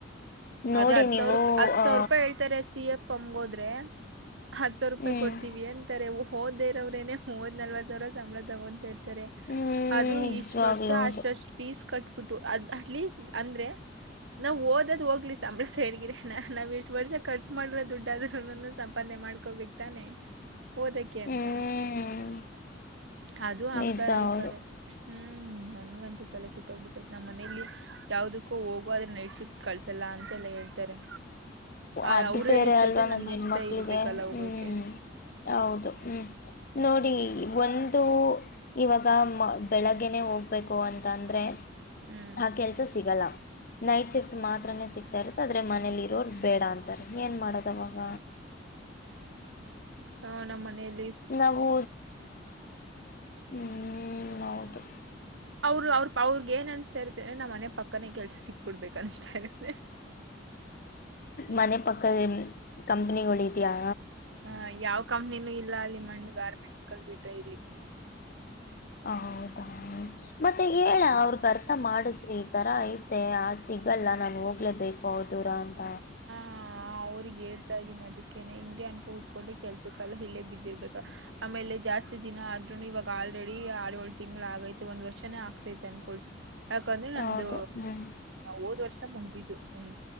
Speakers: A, on the left; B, on the right.
A: ನೋಡಿ
B: ಅದೇ ಹತ್
A: ನೀವು
B: ಸಾವಿರ ರೂಪ ರೂಪಾಯಿ ಹತ್
A: ಆ
B: ಸಾವಿರ ರೂಪಾಯಿ ಹೇಳ್ತಾರೆ ಸಿ ಎಫ್ ಎಂಗೋದ್ರೆ. ಹತ್ಸಾವಿರ ರೂಪಾಯಿ
A: ಹ್ಮ್
B: ಕೊಡ್ತೀವಿ ಅಂತಾರೆ ಓದ್ದೇ ಇರೋರೇನೇ ಮೂವತ್ ನಲ್ವತ್ ಸಾವಿರ ಸಂಬಳ ತಗೊಂತ ಇರ್ತಾರೆ
A: ಹ್ಮ್
B: ಅದು
A: ನಿಜವಾಗ್ಲೂ
B: ಇಷ್ಟ ವರ್ಷ
A: ಹೌದು
B: ಅಷ್ಟಷ್ಟು ಫೀಸ್ ಕಟ್ಟ ಕಟ್ಬಿಟ್ಟು ಅದ ಅಟ್ಲೀಸ್ಟ್ ಅಂದ್ರೆ ನಾವ್ ಓದದ್ ಹೋಗ್ಲಿ ಸಂಬಳ ಸೈಡ್ಗಿಡನಾ ನಾವ್ ಇಷ್ಟ್ ವರ್ಷ ಖರ್ಚು ಮಾಡಿರೋ ದುಡ್ಡಾದ್ರುನು ಸಂಪಾದನೆ. ಮಾಡ್ಕೋಬೇಕ್ ತಾನೇ. ಓದಕ್ಕೆ ಅಂತ
A: ಹ್ಮ್
B: ಅದು
A: ನಿಜ
B: ಆಗ್ತಾಯಿಲ್ಲಾ ಈ
A: ಹೌದು
B: ಕಡೆ. ಹ್ಮ್ ನನ್ಗಂತೂ ತಲೆ ಕೆಟ್ಟ ಹೋಗ್ಬಿಟ್ಟೈತೇ ನಮ್ಮ ಮನೇಲಿ ಯಾವುದಕ್ಕೋ ಹೋಗವಾಗ ನೈಟ್ ಶಿಫ್ಟ್ ಕಳ್ಸ ಅಲ್ಲಾ ಅಂತ ಎಲ್ಲ ಹೇಳ್ತಾರೆ. ಆ
A: ಅದ
B: ಅವ್ರು
A: ಬೇರೆ
B: ಹೇಳಿದ್ ಕೇಳ್ದೆ
A: ಅಲ್ವಾ ನಮ್ಮ್
B: ನನ್ಗ್
A: ಹೆಣ್ಮಕ್ಳಿಗೆ
B: ಇಷ್ಟ ಇರ್ಬೇಕಲ್ಲ ಹೋಗೋಕೆ
A: ಹ್ಮ್. ಹೌದು ಹ್ಮ್ ನೋಡಿ ಒಂದು ಇವಾಗ ಬೆಳಗ್ಗೆನೇ ಹೋಗ್. ಹೋಗ್ಬೇಕು ಅಂತ ಅಂದ್ರೆ
B: ಹ್ಮ್
A: ಆ ಕೆಲ್ಸ ಸಿಗಲ್ಲ ನೈಟ್ ಶಿಫ್ಟ್ ಮಾತ್ರನೇ ಸಿಕ್ತಾ ಇರುತ್ತೇ ಅದ ಅಂದ್ರೆ ಮನೇಲಿ ಇರೋರು ಬೇಡ ಅಂತಾರೆ ಏನ್ ಮಾಡದವಾಗ
B: ಹಾ ನಮ್ಮ ಮನೆಲ್ಲಿ
A: ನಾವು ಹ್ಮ್ ಹೌದು.
B: ಅವ್ರರು ಅವ್ರ ಅವ್ರಗ್ ಏನ್ ಅನ್ಸ್ತಾ ಇರುತ್ತೆಂದ್ರೆ ನಮ್ಮ ಮನೆ ಪಕ್ಕಾನೆ ಕೆಲ್ಸ ಸಿಕ್ಬಿಡ್ಬೇಕು ಅನ್ಸ್ತಾ ಇರುತ್ತೆ.
A: ಮನೆ ಪಕ್ಕ ಕಂಪನಿಗಳು ಇದಿಯಾ.
B: ಹ ಯಾವ್ ಕಂಪ್ನಿನೂ ಇಲ್ಲ ಅಲ್ಲಿ ಮಣ್ಣು ಗಾರ್ಮೆಂಟ್ಸ್ಗಳು ಬಿಟ್ರೆ ಇಲ್ಲಿ.
A: ಹೌದಾ ಮತ್ತೆ ಹೇಳ ಅವ್ರಗ್ ಅರ್ಥ ಮಾಡಿಸ್ರಿ ಈ ತರ ಐತೆ ಆ ಸಿಗಲ್ಲ ನಾನು ಹೋಗ್ಲೇಬೇಕು ಹೌದು. ದೂರ ಅಂತ.
B: ಹ ಅವ್ರಿಗ ಹೇಳ್ತಾ ಇದ್ದೀನಿ ಅದಕ್ಕೇನೆ ಹಿಂಗೆ ಅನ್ಕೊ ಕೂತ್ಕೊಂಡ್ರೆ ಕೆಲ್ಸಕೆಲ್ಲ ಇಲ್ಲೇ ಬಿದ್ದಿರ್ಬೇಕು. ಆಮೇಲೆ ಜಾಸ್ತಿ ದಿನ ಆದ್ರೂನು ಇವಾಗ ಆಲ್ರೆಡಿ ಆರಏಳು ತಿಂಗಳು ಆಗೈತೆ ಒಂದ್ ವರ್ಷ. ನೇ ಆಗ್ತೈತೆ ಅನ್ಕೊಳಿ ಯಾಕಂದ್ರೆ ನಂದು
A: ಹೌದು ಹ್ಮ್
B: ಹೋದ್ ವರ್ಷ. ಮುಗಿದ್ದು ಹ್ಮ